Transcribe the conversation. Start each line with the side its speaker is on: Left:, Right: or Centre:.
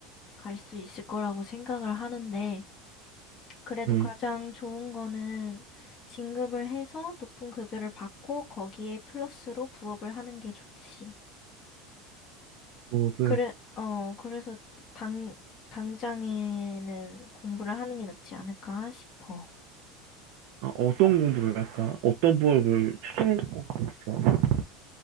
Left: 갈 수 있을 거라고 생각을 하는데, 그래도
Right: 음,
Left: 가장 좋은 거는 진급을 해서 높은 급여를 받고 거기에 플러스로 부업을 하는 게 좋지.
Right: 부업을
Left: 그래, 어, 그래서 당, 당장에는 공부를 하는 게 낫지 않을까 싶어.
Right: 아, 어떤 공부를 할까? 어떤 부업을 추천해 줄 것 같아